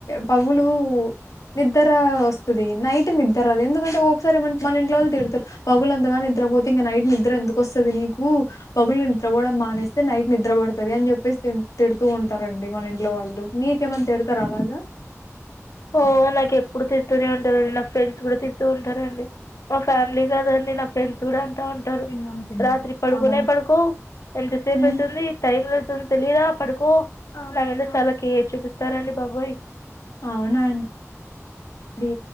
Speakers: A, on the left (about 85°); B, on the left (about 70°).
A: పవులూ నిద్దర వస్తది నైట్ నిద్దరాద్ ఎందుకంటే ఒక్కోసారి మన్ మన ఇంట్లో వాళ్ళు తిడతరు పగులంతగా నిద్రపోతే ఇంక నైట్ నిద్రఎందుకు వస్తది నీకు పగులు నిద్రపోడం మానేస్తే నైట్ నిద్రపడ్ తది అన్ చెప్పేసితిం తిడుతూ ఉంటారండి మన ఇంట్లో వాళ్ళు మీకేమన్ తిడతరా అలాగా
B: ఓ నాకే ఎప్పుడు తిడుతూనే ఉంటారె నా ఫ్రెండ్స్ కూడా తిడుతూ ఉంటారండి మా ఫ్యామిలీ కదండి ఫ్రెండ్స్ కూడా అంటా ఉంటారు, రాత్రి పడుకోనే
A: అవును.
B: పడుకోవు ఎంతసేపయితుంది
A: హ్మ్.
B: టైం అయితుంది తెలీదా పడుకో అనని చాలా కేర్ చూపిస్తారండి బాబోయ్.
A: అవునా అండి,